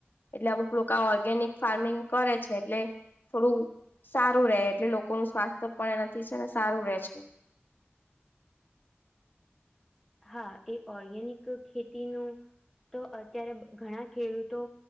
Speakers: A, on the left; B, in the centre.
A: એટલે અમુક લોકો આ ઓર્ગેનિક ફાર્મિંગ કરે છે એટલે થોડું સારું રહેે એટલે લોકોનું સ્વાસ્થ પણ એનાથી છે ને સારું રહેે છે. <inaudible>
B: હા એ ઓર્ગેનિક ખેતીનું તો અત્યારે ઘણા ખેડૂતો.